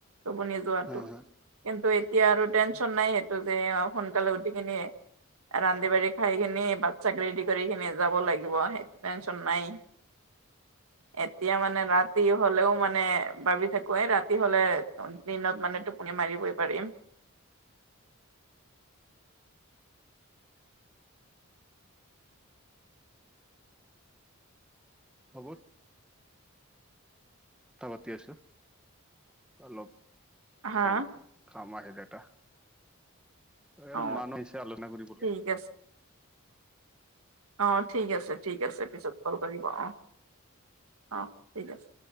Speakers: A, on the right (about 80°); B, in the centre.
A: টোপনি লৰাটো
B: হা
A: কিন্তু এতিয়া আৰু টেনচন নাই সেইটো যে সোনকালে উঠি কিনি ৰান্ধী বাঢ়ী খাই কিনে বাচ্ছা ৰেডি কৰি কেনে যাব লাগিব সেইটো টেনচন নাই এতিয়া মানে ৰাতি হলেও মানে ভাবি থাকো এই ৰাতি হলে দিনত মানে টোপনি মাৰিবই পাৰিম
B: খবৰ কথা পাতি আছো অলপ
A: হা
B: কামত কামাই কেইটা এ এজন
A: অ
B: মানুহ আহিছে আলোচনা কৰিবলে
A: ঠিক আছে অ ঠিক আছে ঠিক আছে পিছত কল কৰিব অ অ ঠিক আছে